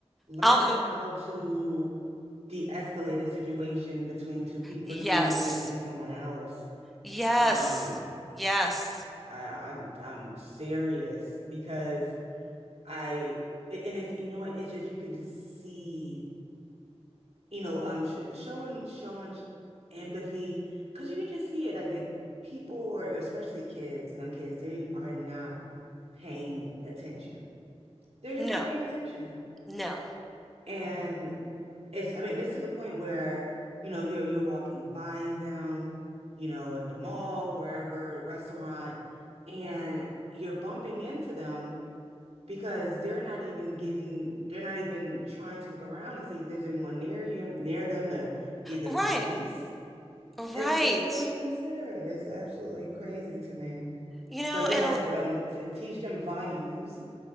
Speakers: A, on the right (about 70°); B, in the centre.
A: learning
B: out in the
A: how to de-escalate a situation between two people,
B: yes
A: between you and someone else.
B: yes
A: Um,
B: yes
A: I, I'm I'm serious because I and it's you know what it's just you can just see you know um sh showing showing empathy because you can just see it like, like people or especially kids young kids they are not paying attention they're just not
B: no
A: paying attention.
B: no
A: And It's, I mean, it's to the point where, you know, you're you're walking by them, you know, in the mall, wherever, the restaurant, and you're bumping into them because they're not even giving, they're not even trying to look around and see if there's anyone near you, near them to give them
B: right
A: space. It's
B: right
A: it's so inconsiderate. It's absolutely crazy to me.
B: you know
A: But yes,
B: and a-
A: um, to teach them values